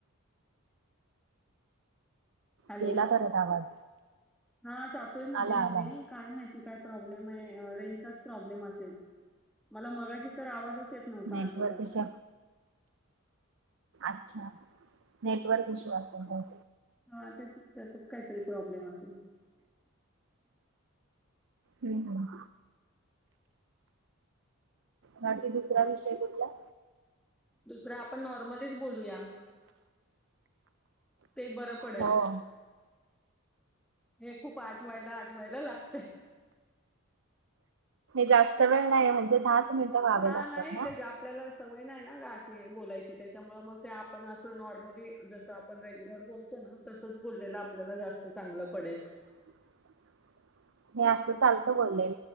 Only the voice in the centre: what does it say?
हॅलो
हा.. जातोय मधी
मधी
काय माहिती काय प्रॉब्लेम आहे रेंजचाच, प्रॉब्लेम असेल, मला मगाशी तर आवाजच येत नव्हता
अजिबात.
हा त्याच त्याचाच काहीतरी <inaudible>
दुसरा आपण नॉर्मलीच बोलूया, ते बर‌ पडेल.
हे खूप आठवायला, आठवायला लागतंय.
हा
नाही
तेच, आपल्याला अस सवय नाहीना गं अशी बोलायची. त्याच्यामुळे मग आपण अस नॉर्मली जस आपण रेग्युलर बोलतो, तसंच बोललेलं, आपल्याला जास्त चांगलं पडेल.